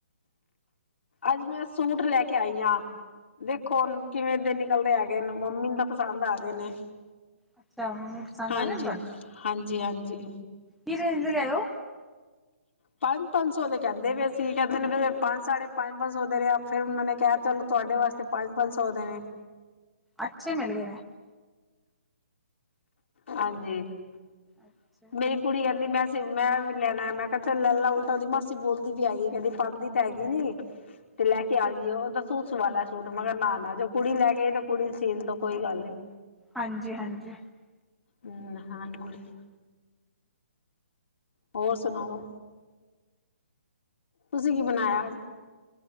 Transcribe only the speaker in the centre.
ਹੋਰ
ਅੱਛਾ ਮੰਮੀ ਪਸੰਦ
ਆ ਗਏ ਨੇ ਤੁਹਾਨੂੰ
ਕੀ ਰੇਂਜ ਲਿਆਇਓ
ਅੱਛੇ ਮਿਲ ਗਏ ਨੇ।
ਅੱਛਾ ਜੀ,
ਹਾਂਜੀ-ਹਾਂਜੀ